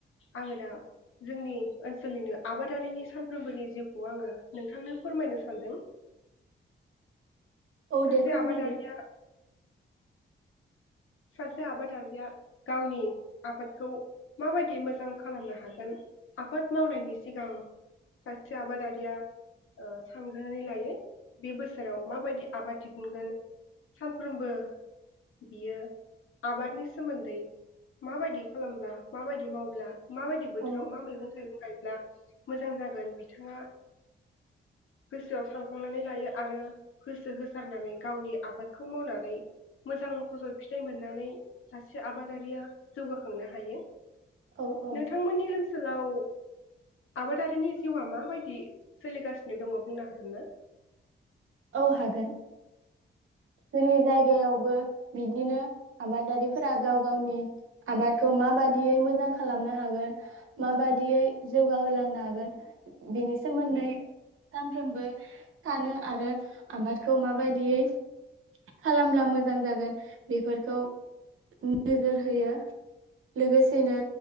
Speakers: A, on the left; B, on the right.
A: आङो दा जोंनि ओनसोलनिनो आबादारिनि सानफ्रोमबोनि जिउखौ आङो नोंथांनो फोरमायनो सा सानदों।
B: औ
A: सासे
B: दे फोरमायदो
A: आबादारिया सासे आबादारिया गावनि आबादखौ माबायदि मोजां खालामनो हागोन आबाद मावनायनि सिगां सासे आबादारिया ओ सानग्रोनानै लायो बे बोसोराव माबायदि आबाद दिहुनगोन सानफ्रोमबो बियो आबादनि सोमोन्दै माबायदि खालामब्ला माबायदि मावब्ला माबायदि बोथोराव
B: औ
A: मा मैगं थाइगं गायोब ब्ला मोजां जागोन बिथाङा गोसोआव सान साननानै लायो आरो होसो होसारनानै गावनि आबादखौ मावनानै मोजां फसल फिथाइ मोननानै सासे आबादारिया जौगाखांनो हायो।
B: औ औ
A: नोंथांमोननि ओनस सोलाव आबादारिनि जिउआ माबायदि सोलिगासिनो दङ बुंनो हागोन ना?
B: औ हागोन जोंनि जायगायावबो बिदिनो आबादारिफोरा गाव गावनि आबादखौ माबादियै मोजां खालामनो हागोन माबादियै जौगाहोलांनो हागोन बिनि सोमोन्दै सानफ्रोमबो सानो आरो आबादखौ माबायदियै खालामब्ला मोजां जागोन बेफोरखौ नोजोर होयो लोगोसेनो